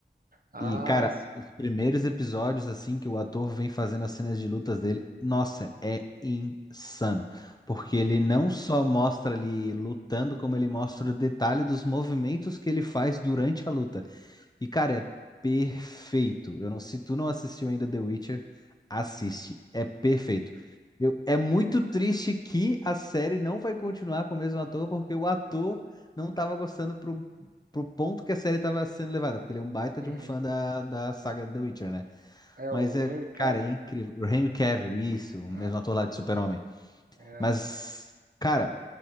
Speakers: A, on the right (about 50°); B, on the left (about 20°).
A: Ah,
B: E, cara,
A: sim.
B: os primeiros episódios, assim, que o ator vem fazendo as cenas de lutas dele, nossa, é insano. Porque ele não só mostra ali lutando, como ele mostra o detalhe dos movimentos que ele faz durante a luta. E, cara, é perfeito. Eu não, se tu não assistiu ainda The Witcher, assiste. É perfeito. Eu- é muito triste que a série não vai continuar com o mesmo ator, porque o ator não tava gostando pro, pro ponto que a série tava sendo levada, porque ele é um baita
A: Uhum.
B: de um fã da, da saga The Witcher, né?
A: É o
B: Mas é,
A: Henry Cavill.
B: cara, é incrível. O Henry Cavill, isso, o
A: É,
B: mesmo ator lá de Super-Homem.
A: é
B: Mas,
A: assim. <laughs>
B: cara,